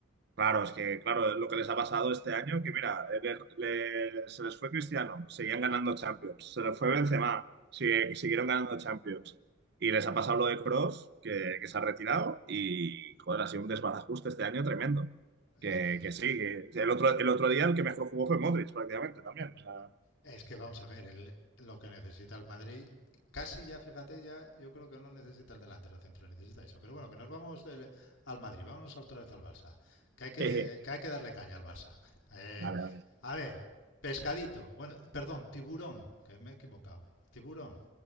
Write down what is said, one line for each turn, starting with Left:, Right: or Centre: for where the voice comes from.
Right: Claro, es que, claro, es lo que les ha pasado este año, que mira, eh, le- le- se les fue Cristiano, seguían ganando Champions, se les fue Benzema, sigue- siguieron ganando Champions, y les ha pasado lo de Cross que, que se ha retirado, y joder, ha sido un desbarajuste este año tremendo. Que,
Left: Es que...
Right: que sí, que el otro, el otro día el que mejor jugó fue Modric prácticamente también. O sea,
Left: Es que vamos a ver, el- lo que necesita el Madrid, casi ya, fíjate, ya yo creo que no necesita el delantero central, necesita eso. Pero bueno, que nos vamos del, al Madrid, vámonos otra vez al Barça, que hay que,
Right: jeje.
Left: que hay que darle caña al Barça. Eh,
Right: Vale, vale.
Left: a ver, pescadito, bueno, perdón, tiburón, que me he equivocado, tiburón.